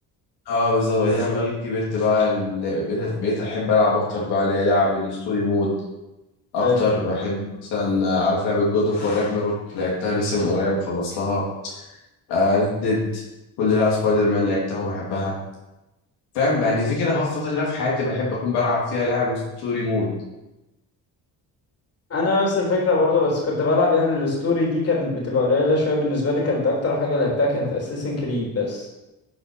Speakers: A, on the left (about 80°); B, on the left (about 40°).
A: اه بالظبط بعديها بقى جيت كبرت بقى ال- بقيت بقيت احب العب اكتر بقى اللي هي لعب الستوري مود اكتر
B: حلو
A: بحب مثلا آه، عارف لعبه جود اوف وور راجناروك لعبتها لسه من قريب خلصتها ريد ديد، كل لعبه سبايدر مان لعبتها وبحبها فاهم يعني في كده خلاص فتره كده في حياتي بحب اكون بلعب فيها لعب ستوري مود
B: انا نفس الفكره برضه بس كنت بلعب يعني الستوري دي كانت بتبقى قليله شويه بالنسبه لي كانت اكتر حاجه لعبتها كانت اساسن كريد بس